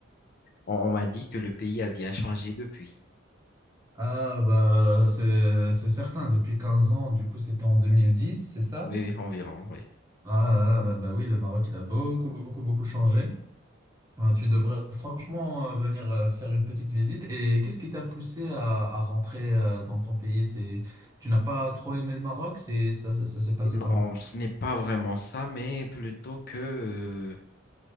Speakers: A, on the left (about 45°); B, on the right (about 15°).
A: on, on m'a dit que le pays a bien changé depuis.
B: Ah, bah, c'est, c'est certain, depuis 15 ans, du coup, c'était en 2010 c'est ça?
A: Oui, oui, environ, oui.
B: Ah, ah, bah, bah oui, le Maroc, il a beaucoup, beaucoup, beaucoup changé. Euh, Tu devrais franchement euh, venir euh, faire une petite visite. Et qu'est-ce qui t'a poussé à, à rentrer euh, dans ton pays? C'est, tu n'as pas trop aimé le Maroc? C'est, ça, ça, ça s'est passé
A: Non,
B: comment?
A: ce n'est pas vraiment ça, mais plutôt que euh,